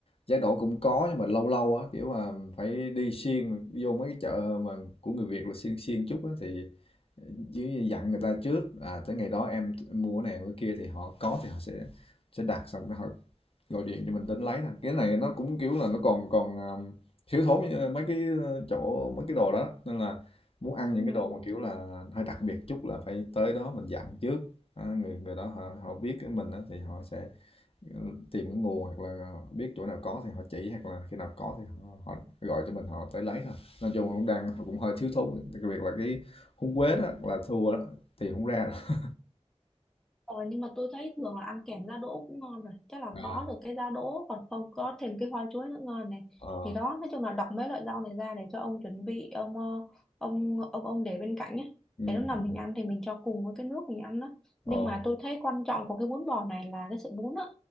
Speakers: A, on the left; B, in the centre.
A: giá đỗ cũng có nhưng mà lâu lâu á kiểu là phải đi xuyên vô mấy cái chợ mà của người Việt là xuyên xuyên chút á thì chứ dặn người ta trước à, tới ngày đó em, em mua cái này mua cái kia thì họ có thì họ sẽ sẽ đặt xong rồi họ gọi điện cho mình đến lấy thôi cái này nó cũng kiểu là nó còn còn um, thiếu thốn như mấy cái ờ, chỗ mấy cái đồ đó nên là muốn ăn
B: Ừ,
A: những cái đồ mà kiểu là hơi đặc biệt chút là phải tới đó mình dặn trước à, người người đó họ họ biết cái mình á thì họ sẽ tìm cái nguồn hoặc là biết chỗ nào có thì họ chỉ hoặc là khi nào có thì họ họ gọi cho mình họ tới lấy thôi. Nói chung là cũng đang cũng hơi thiếu thốn, đặc biệt là cái húng quế đó là thua đó, tìm hổng ra đâu.
B: Ờ, nhưng mà tôi thấy thường là ăn kèm giá đỗ cũng ngon rồi chắc là
A: À.
B: có
A: <laughs>
B: được cái giá đỗ còn không có thêm cái hoa chuối nữa ngon này
A: Ờ,
B: thì đó nói chung là đọc mấy loại rau này ra để cho ông chuẩn bị ông ờ, ông ông ông để bên cạnh nhé
A: ừm,
B: để lúc nào
A: ừm,
B: mình ăn thì mình cho cùng với cái nước mình ăn đó
A: ờ,
B: nhưng mà tôi thấy quan trọng của cái bún bò này là cái sợi bún á